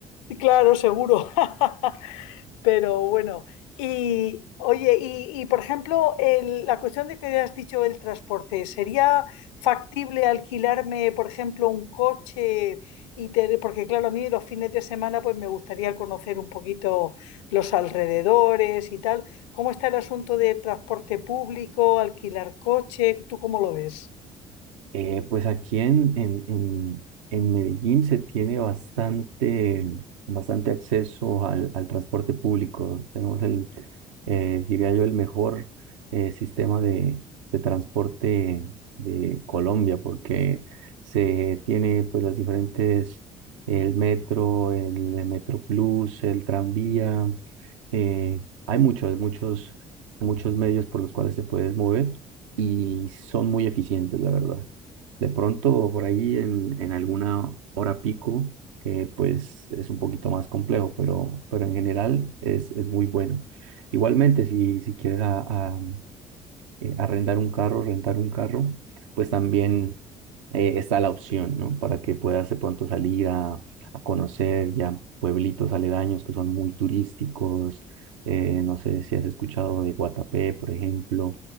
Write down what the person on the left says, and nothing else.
claro, seguro. <laughs> Pero bueno, y oye, y, y, por ejemplo, el- la cuestión de que has dicho el transporte, ¿sería factible alquilarme, por ejemplo, un coche y tener, porque claro, a mí los fines de semana pues me gustaría conocer un poquito los alrededores y tal. ¿Cómo está el asunto de transporte público, alquilar coche? ¿Tú cómo lo ves?